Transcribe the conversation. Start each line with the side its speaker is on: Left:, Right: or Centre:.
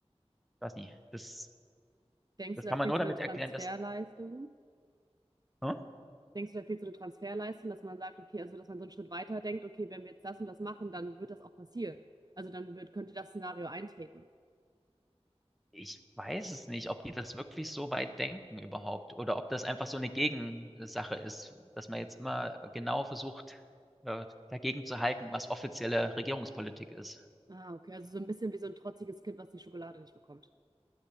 Centre: weiß nicht. Das,
Right: Denkst
Centre: das
Right: du, da
Centre: kann
Right: fehlt
Centre: man nur
Right: so
Centre: damit
Right: eine Transferleistung?
Centre: erklären, dass. Hm?
Right: Denkst du, da fehlt so eine Transferleistung, dass man sagt, okay, also dass man so einen Schritt weiter denkt, okay, wenn wir jetzt das und das machen, dann wird das auch passieren. Also dann wird, könnte das Szenario eintreten.
Centre: Ich weiß es nicht, ob die das wirklich so weit denken überhaupt oder ob das einfach so eine Gegensache ist, dass man jetzt immer genau versucht, äh, dagegen zu halten, was offizielle Regierungspolitik ist.
Right: Ah, okay, also so ein bisschen wie so ein trotziges Kind, was die Schokolade nicht bekommt.